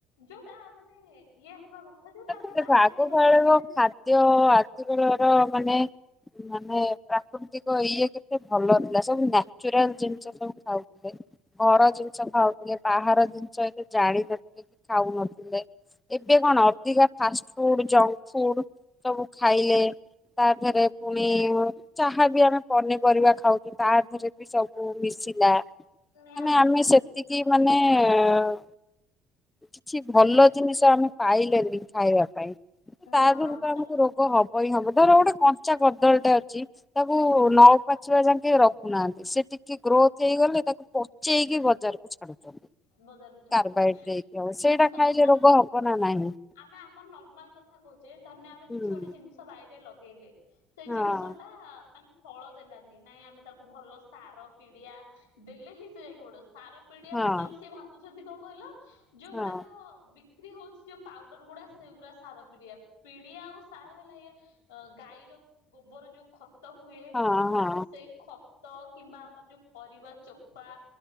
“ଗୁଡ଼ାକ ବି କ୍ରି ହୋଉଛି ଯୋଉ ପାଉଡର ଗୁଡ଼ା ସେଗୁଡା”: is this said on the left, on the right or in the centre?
Left